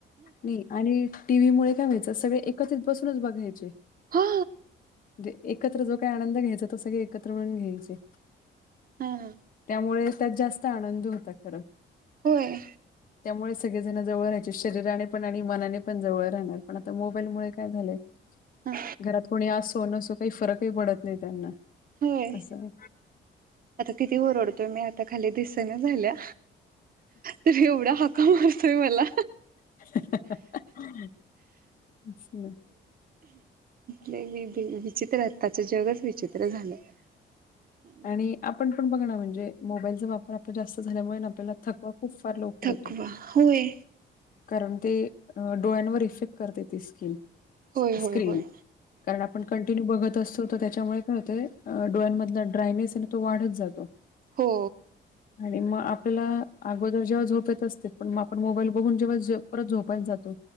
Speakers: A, on the left; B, on the right.
A: नाही आणि टीव्ही मुळ काय व्हायचं सगळे एकत्रित बसूनच बघायचे.
B: हा.
A: म्हजे एकत्र जो काही आनंद घ्यायचा तो सगळे एकत्र म्हणून घ्यायचे.
B: हा
A: मुळे त्यात जास्त आनंद होता खरं.
B: होय.
A: त्यामुळे सगळेजण जवळ राहायचे शरीराने पण आणि मनाने पण जवळ राहणार पण आता मोबाईलमुळे काय झालं.
B: हां,
A: घरात कोणी असो नसो काही फरकही पडत नाही त्यांना.
B: होय
A: असं.
B: आता किती ओरडतोय मी आता खाली दिसन झाल्या तर एवढा हका मारतो. मला.
A: हम्म्.
B: वि विचित्र त्याच जगच विचित्र झालं. आणि.
A: आणि आपण पण बघ ना म्हणजे. मोबाईलचा वापर आप जास्त झाल्यामुळे आपल्याला थकवा खूप फार लवकर
B: थकवा
A: येतो.
B: होय
A: कारण ते डोळ्यांवर इफेक्ट करते ते स्किन.
B: होय
A: स्क्रिनन
B: होय होय
A: कारण आपण कंटिन्यू बघत असतो तर. त्यामुळे काय होते डोळ्यांमधला ड्रायनेस आहे आणि तो वाढत जातो.
B: हो
A: आणि मग आप आपल्याला अगोदर जेव्हा झोप येत असते पण मग आपण मोबाईल बघून जेव्हा परत झोपायला जातो